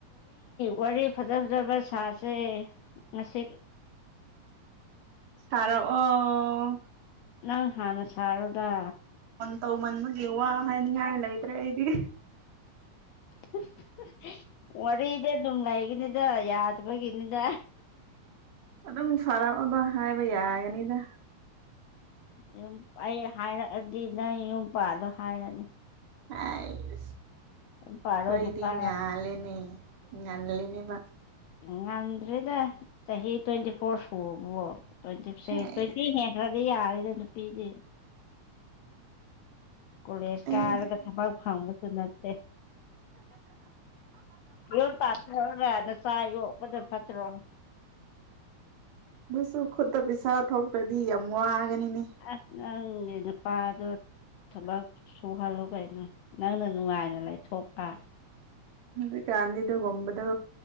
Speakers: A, on the left; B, on the right.
A: ꯋꯥꯔꯤ ꯐꯖ ꯐꯖꯕ ꯁꯥꯁꯦ ꯉꯁꯤ
B: ꯁꯔꯣ ꯑꯣ
A: ꯅꯪ ꯍꯥꯟꯅ ꯁꯥꯔꯨꯒ
B: ꯇꯧ ꯃꯟꯃꯒꯤ ꯋꯥ ꯍꯥꯏꯅꯤꯡꯉꯥꯏ ꯂꯩꯗ꯭ꯔꯦ ꯑꯩꯗꯤ
A: ꯍ ꯍꯥ ꯋꯥꯔꯤꯗꯤ ꯑꯗꯨꯝ ꯂꯩꯒꯅꯤꯗ ꯌꯥꯗꯕꯒꯤꯅꯤꯗ
B: ꯑꯗꯨꯝ ꯁꯥꯔꯛꯑꯣꯕ ꯍꯥꯏꯕ ꯌꯥꯒꯅꯤꯗ
A: ꯌꯨꯝ ꯑꯩ ꯍꯥꯏꯔꯛꯑꯗꯤ ꯅꯪ ꯌꯨꯝ ꯄꯗꯣ ꯍꯥꯏꯔꯅꯤ
B: ꯑꯦ
A: ꯌꯨꯝ ꯄꯥꯜꯂꯣ
B: ꯀꯣꯏꯗꯤ
A: ꯅꯨꯄꯥ
B: ꯉꯂꯦꯅꯦ ꯉ ꯑ
A: ꯉꯝꯗ꯭ꯔꯦꯗ ꯆꯍꯤ ꯇ꯭ꯋꯦꯟꯇꯤ ꯐꯣꯔ ꯁꯨꯕꯕꯣ ꯇ꯭ꯋꯦꯟꯇꯤꯁꯦ
B: ꯍꯥꯏ
A: ꯇ꯭ꯋꯦꯟꯇꯤ ꯍꯦꯟꯈ꯭ꯔ ꯀ ꯌꯥꯔꯦꯗ ꯅꯨꯄꯤꯗꯤ ꯀꯣꯂꯦꯖ
B: ꯑꯩꯗꯤ
A: ꯀꯥꯔꯒ ꯊꯕꯛ ꯐꯪꯕꯁꯨ ꯅꯠꯇꯦ ꯌꯣꯟ ꯇꯥꯊꯔꯅ ꯆꯥꯏꯌꯣ ꯑꯣꯗ ꯐꯠꯇꯔꯣꯅ
B: ꯁꯨꯈꯗꯇ ꯄꯤꯁꯥ ꯊ ꯀꯗꯤ ꯌꯥꯝ ꯋꯥꯒꯅꯤꯅꯦ
A: ꯑ ꯅꯪ ꯏ ꯄ ꯑꯗꯨꯣ ꯊꯕꯛ ꯁꯨꯍꯜꯂꯨ ꯀꯩꯅꯣ ꯅꯪꯅ ꯅꯨꯡꯉꯥꯏꯅ ꯂꯩꯊꯣꯛꯄ
B: ꯑ ꯀꯥꯟꯗꯗꯨꯒꯝꯕꯗꯨ